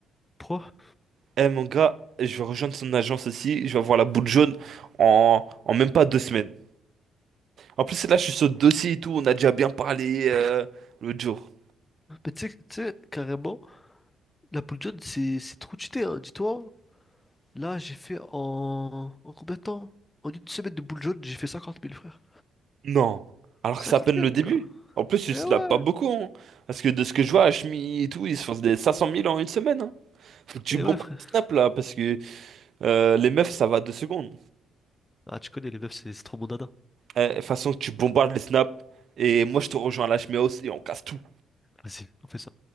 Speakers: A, on the left (about 15°); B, on the right (about 60°).
A: Pourquoi?
B: Eh mon gars, je vais rejoindre son agence aussi, je vais avoir la boule jaune en, en même pas deux semaines. En plus, là, je suis sur le dossier et tout, on a déjà bien parlé euh, l'autre jour.
A: Mais tu sais, tu sais, carrément, la Pull John, c'est c'est trop cheaté, hein, dis-toi. Là, j'ai fait en... en combien de temps? En une semaine de Pull John, j'ai fait 50 000, frère.
B: Non. Alors
A: 50
B: que c'est à peine
A: 000,
B: le début.
A: mon gars.
B: En plus, il
A: Eh
B: se
A: ouais!
B: lave pas beaucoup. hein. Parce que de ce que je vois, Ashmi et tout, ils se font des 500 000 en une semaine. hein. Faut que tu
A: Eh
B: bombardes
A: ouais, frère.
B: les snaps là. Parce que euh, les meufs, ça va deux secondes.
A: Ah, tu connais, les meufs, c'est c'est trop mon dada.
B: Euh, de toute façon, tu bombardes les snaps. Et moi, je te rejoins à l'HMI et on casse tout.
A: Vas-y, on fait ça.